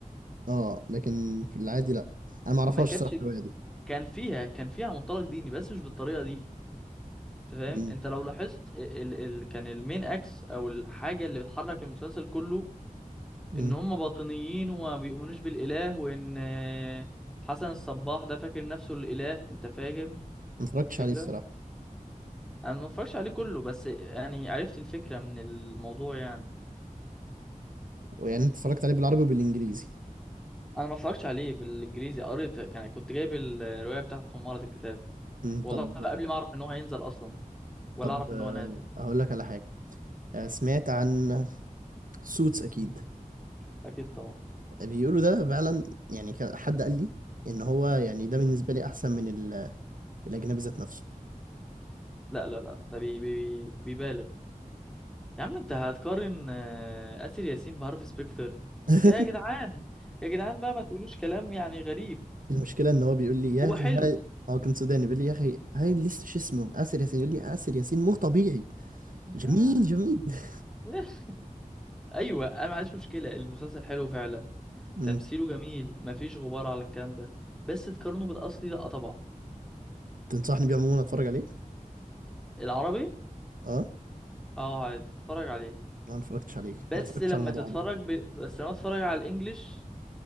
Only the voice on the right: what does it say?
آه لكن في العادي لأ أنا معرفهاش
الصراحة الرواية دي
مم.
مم.
ما اتفرجتش
عليه الصراحة
يعني أنت اتفرجت عليه بالعربي وبالإنجليزي
مم.
طب
طب
آه،
أقول لك على حاجة آه، سمعت عن سوتس أكيد
بيقولوا ده فعلا يعني ك- حد قال لي إن هو يعني
ده بالنسبة لي أحسن من ال- الأجنبي ذات نفسه
<laughs>
المشكله ان هو بيقول لي يا
اخي
هاي هو كان سوداني بيقول لي يا اخي هاي لسه شو اسمه آسر ياسين يقول لي آسر ياسين مو طبيعي
جميل جميل <laughs>
امم
تنصحني بيه عموما اتفرج عليه
اه
ما اتفرجتش عليه
ما اتفرجتش
على الموضوع
عليه